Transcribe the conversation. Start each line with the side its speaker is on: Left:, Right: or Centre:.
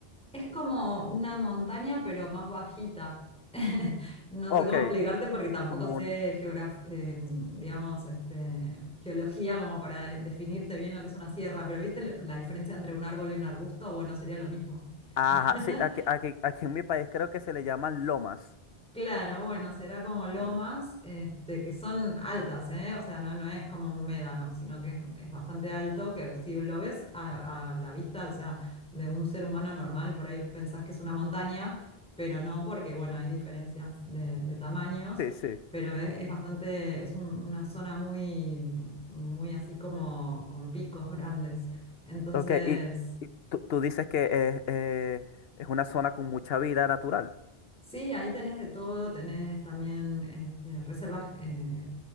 Centre: Es como una montaña, pero más bajita. <laughs> No
Left: Ok,
Centre: sé cómo explicarte porque tampoco
Left: como
Centre: sé
Left: un...
Centre: geograf- eh, digamos, este, geología como para de- definirte bien lo que es una sierra, pero ¿viste la la diferencia entre un árbol y un arbusto? Bueno, sería lo mismo.
Left: Ajá,
Centre: <laughs>
Left: sí, aquí, aquí, aquí en mi país creo que se le llaman lomas.
Centre: Claro, bueno, será como lomas,
Left: mm,
Centre: este, que son altas, ¿eh? O sea, no, no es como un médano, sino que es, es bastante alto, que si lo ves a, a la vista, o sea, de un ser humano normal, por ahí pensás que es una montaña, pero no, porque, bueno, hay diferencias de, de tamaños,
Left: Sí, sí.
Centre: pero es, es bastante, es un- una zona muy, muy así como con picos grandes. Entonces...
Left: Ok, y, y tú, tú dices que es, eh, es una zona con mucha vida natural,
Centre: Sí, ahí tenés de todo, tenés también este, reservas, eh,